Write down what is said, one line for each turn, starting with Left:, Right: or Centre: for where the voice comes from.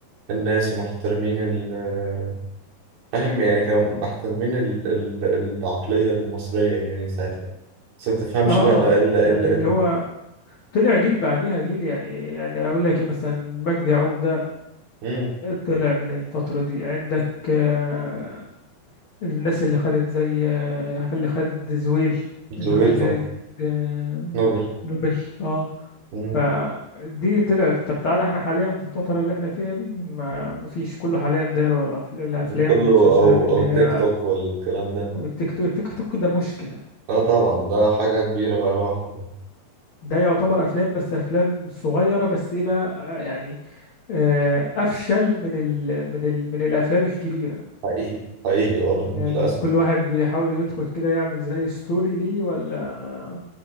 Right: الناس ومحترمين ال- فاهم يعني كانوا محترمين ال- ال- العقلية المصرية يعني ساعتها بس ما تفهمش
Left: اه
Right: بقى الا
Left: يعني
Right: الا
Left: اللي
Right: الا
Left: هو طلع جيل بعديها جيل يعني يعني اقول لك ايه مثلا مجدي يعقوب ده
Right: امم
Left: طلع من الفترة دي عندك آه، الناس اللي خدت زي آه، اللي خد زويل اللي
Right: زويل
Left: خد
Right: طبعا
Left: جائزة آه،
Right: نوبل
Left: نوبل اه
Right: مم.
Left: فدي طلعت طب تعالى احنا حاليا في الفترة اللي احنا فيها دي ما مفيش كله حاليا داير ورا الأف- الافلام
Right: كله
Left: والمسلسلات
Right: او
Left: اللي
Right: او
Left: هي
Right: تيك توك والكلام ده
Left: والتيك توك التيك توك ده مشكلة
Right: اه طبعا ده حاجة كبيرة بقى لوحده
Left: ده يعتبر افلام بس افلام صغيرة بس ايه بقى آه، يعني آه، افشل من ال من ال من الافلام الكبيرة
Right: حقيقي حقيقي والله
Left: يعني
Right: للأسف
Left: كل واحد بيحاول يدخل كده يعمل زي ستوري ليه ولا